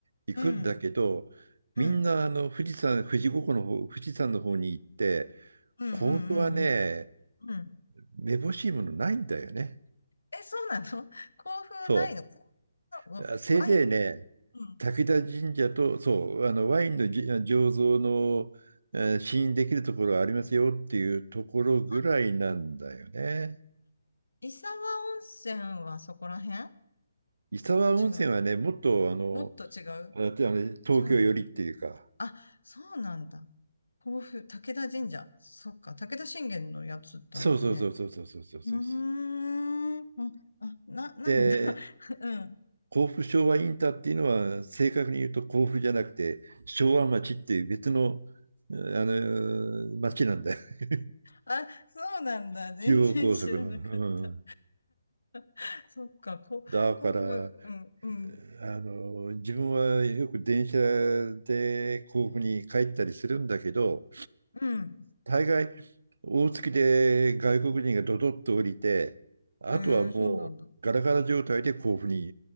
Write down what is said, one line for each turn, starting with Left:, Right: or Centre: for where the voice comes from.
Right: 行くんだけど、
Left: うん、うん、
Right: みんなあの富士山、
Left: うん、
Right: 富士五湖の方、富士山の方に行って、
Left: うん、うん、
Right: 甲府はね、
Left: うん。うん
Right: めぼしいものないんだよね。
Left: え、そうなの <laughs> 甲府ないの甲
Right: そ
Left: 府のワワイン
Right: う。あせいぜいね、
Left: うん。
Right: 滝田神社と、そう、あのワインのじ醸造の、えー試飲できるところありますよっていうところぐらいなんだよね。
Left: あ、伊沢温泉はそこら辺
Right: 伊沢温泉はね、
Left: 違う。
Right: もっとあの、
Left: もっと違う
Right: あとあの東京寄りっていうか、
Left: 違うんだ。あ、そうなんだ。甲府、武田神社。そっか、武田信玄のやつだよね。
Right: そうそうそうそうそうそうそうそう。
Left: うーん。あ、あな、ないんだ。
Right: で、
Left: <laughs> うん。
Right: 甲府昭和インターっていうのは、正確に言うと甲府じゃなくて、昭和町っていう別の、あの町なんだよ。<laughs>
Left: あ、そうなんだ。全然知らなかった。
Right: 中央高速の。うん、
Left: <laughs> そっか、こ、
Right: だから、
Left: 甲府、うん、うん、
Right: あの、自分はよく電車で甲府に帰ったりするんだけど、
Left: うん。
Right: 大概、大月で外国人がドドッと降りて、あとはもうガラガラ状態で甲府に
Left: えー、そうなんだ。